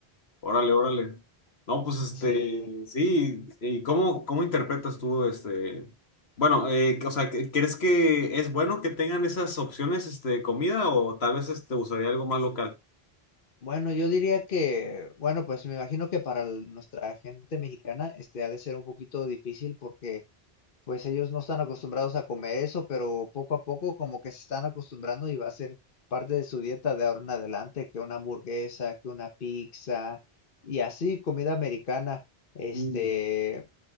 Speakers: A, on the left; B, on the left.
A: órale, órale. No, pues este,
B: sí.
A: sí. ¿Y cómo, cómo interpretas tú este? Bueno, eh, o sea, ¿cre- ¿crees que es bueno que tengan esas opciones este, de comida o tal vez te gustaría algo más local?
B: Bueno, yo diría que, bueno, pues me imagino que para el- nuestra gente mexicana, este, ha de ser un poquito difícil porque, pues ellos no están acostumbrados a comer eso, pero poco a poco como que se están acostumbrando y va a ser parte de su dieta de ahora en adelante, que una hamburguesa, que una pizza y así comida americana. Este,
A: Mm,